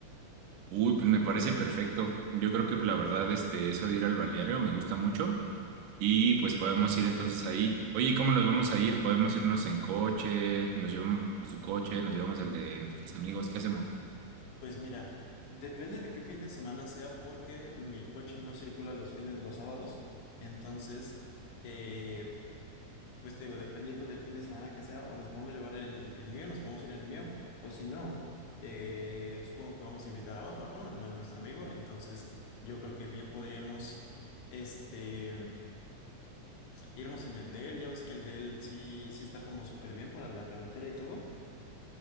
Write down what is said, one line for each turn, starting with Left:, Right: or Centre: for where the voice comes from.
Right: Uy, pues me parece perfecto. Yo creo que pues, la verdad, este, eso de ir al balneario me gusta mucho. Y pues podemos ir entonces ahí. Oye, ¿y ¿cómo nos vamos a ir? ¿Podemos irnos en coche? ¿Nos llevamos tu coche? ¿Nos llevamos el de nuestros amigos? ¿Qué hacemos?
Left: Pues mira, depende de qué fin de semana sea porque mi coche no circula los fines de los sábados, entonces... eh, Pues te digo, dependiendo del fin de semana que sea, o nos podemos llevar el, el mío, nos podemos ir en el mío, o si no, eh, supongo que vamos a invitar a Osmar, ¿no? A nuestro amigo, entonces yo creo que bien podríamos, este, irnos en el de él, ya ves que el de él sí, sí está como súper bien para la carretera y todo.